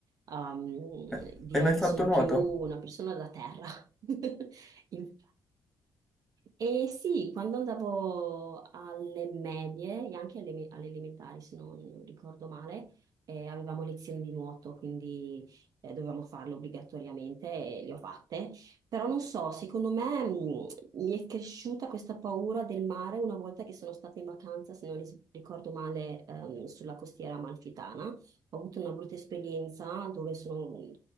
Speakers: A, on the right (about 55°); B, in the centre.
A: Um,
B: Eh,
A: direi
B: Hai mai fatto
A: che sono
B: nuoto?
A: più una persona da terra. <laughs> Inf- e sì, quando andavo alle medie e anche alle, me- alle elementari, se non non ricordo male, eh, avevamo lezioni di nuoto, quindi eh, dovevamo farle obbligatoriamente e le ho fatte. Però non so, secondo me mh, mi è cresciuta questa paura del mare una volta che sono stata in vacanza, se non ris- ricordo male, ehm, sulla costiera amalfitana. Ho avuto una brutta esperienza dove sono mm,